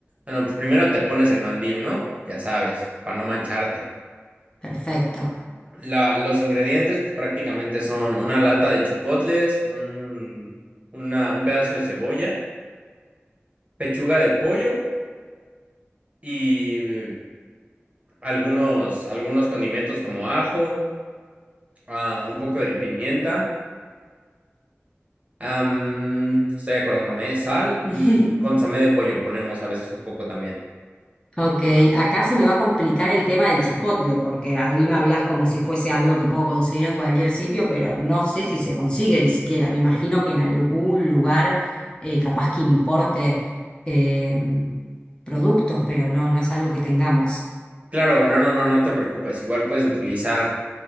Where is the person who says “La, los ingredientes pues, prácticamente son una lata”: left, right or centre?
Right